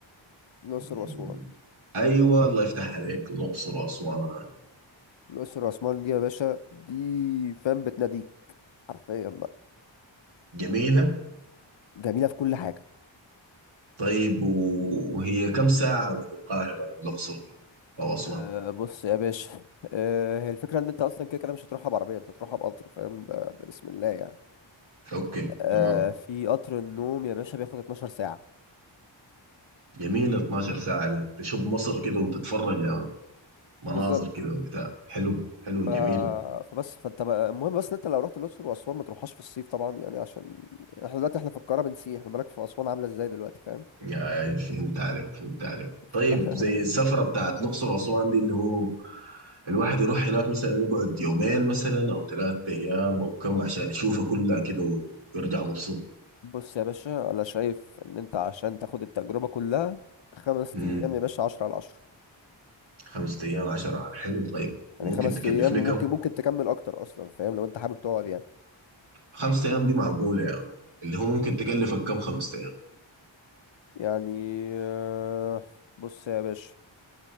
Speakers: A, on the left; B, on the right.
A: الأقصر
B: مم،
A: وأسوان
B: أيوة الله يفتح عليك الأقصر وأسوان
A: الأقصر وأسوان دي يا باشا دي فاهم بتناديك حرفيا بقى
B: جميلة
A: جميلة في كل حاجة
B: طيب وهي كم ساعة من القاهرة الأقصر دي أو أسوان
A: أه بص يا باشا أه هي الفكرة إن أنت أصلا كده كده مش هتروحها بعربية أنت هتروحها بقطر فاهم ده, ده بسم الله يعني
B: أوكي
A: أه
B: تمام
A: في قطر النوم يا باشا بياخد 12 ساعة
B: جميلة 12 ساعة دي تشوف مصر كده وتتفرج يعني مناظر
A: بالظبط
B: كده وبتاع حلو حلو
A: ف...
B: جميلة
A: فبس فانت بقى المهم بس إن انت لو رحت الاقصر واسوان ما تروحهاش في الصيف طبعا يعني عشان احنا دلوقتي احنا في القاهره بنسيح ما بالك في اسوان عامله ازاي دلوقتي فاهم
B: يعني فهمت عليك فهمت عليك
A: <laughs>
B: طيب زي السفرة بتاعت الأقصر وأسوان دي اللي هو الواحد يروح هناك مثلا يقعد يومين مثلا أو ثلاثة أيام أو كم عشان يشوفها كلها كده ويرجع مبسوط
A: بص يا باشا انا شايف ان انت عشان تاخد التجربه كلها خمس
B: امم
A: ايام يا باشا عشرة على عشرة
B: خمسة أيام عشرة حلو طيب
A: يعني
B: وممكن
A: خمس
B: تكلفني
A: ايام وممكن
B: كم؟
A: ممكن تكمل اكتر اصلا فاهم لو انت حابب تقعد يعني
B: خمسة أيام دي معقولة يعني اللي هو ممكن تكلفك كم خمسة أيام؟
A: يعني آه، بص يا باشا